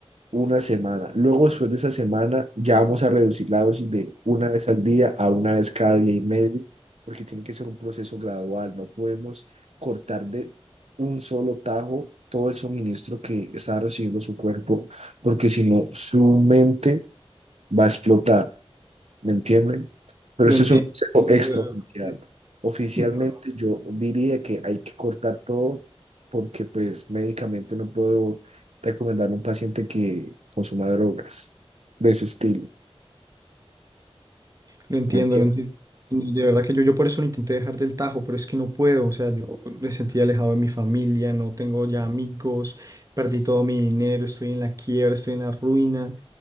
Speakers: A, on the right; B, on the right.
A: una semana. Luego, después de esa semana, ya vamos a reducir la dosis de una vez al día a una vez cada día y medio, porque tiene que ser un proceso gradual. No podemos cortar de un solo tajo todo el suministro que está recibiendo su cuerpo, porque si no, su mente va a explotar. ¿me entienden? Pero
B: lo
A: esto
B: entiendo.
A: es un consejo
B: entiendo,
A: extraoficial.
B: de verdad.
A: Oficialmente
B: Yo no
A: yo diría que hay que cortar todo porque pues médicamente no puedo recomendarle a un paciente que consuma drogas de ese estilo,
B: Lo entiendo,
A: ¿me entienden?
B: lo entiendo. Y de verdad que yo, yo por eso lo intenté dejar del tajo, pero es que no puedo. O sea, yo me sentí alejado de mi familia, no tengo ya amigos, perdí todo mi dinero, estoy en la quiebra, estoy en la ruina